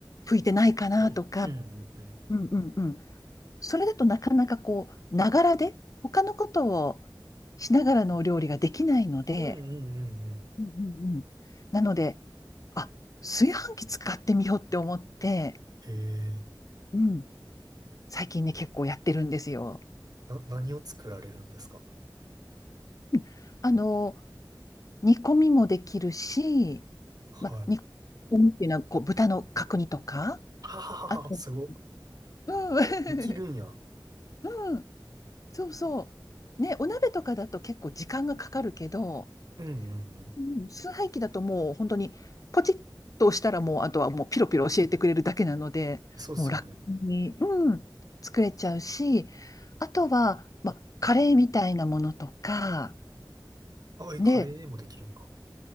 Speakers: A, on the left (about 45°); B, on the right (about 55°).
A: 拭いてないかなとか。
B: うん、うん、うんうん。
A: うんうんうん。それだとなかなかこう、ながらで、他のことをしながらのお料理ができないので、
B: うんうんうんうん。
A: うんうんうん。なので、あ、炊飯器使ってみようって思って、
B: へえ。
A: うん、最近ね、結構やってるんですよ。
B: な、何を作られるんですか
A: うんあの、煮込みもできるし、
B: はい。
A: ま、煮込みっていうのはこう豚の角煮とか、
B: はははは、
A: あと、
B: すご。
A: うん、
B: できるんや。
A: <laughs> うん、そうそう。ね、お鍋とかだと結構時間がかかるけど、
B: うんうんうん。
A: うん崇拝機だともう本当にポチッと押したらもうあとはもうピロピロ教えてくれるだけなので、
B: そうっすよね。
A: もう楽に、うん、作れちゃうし、あとは、まあ、カレーみたいなものとか、
B: あ、えカレーもできるんか。
A: で、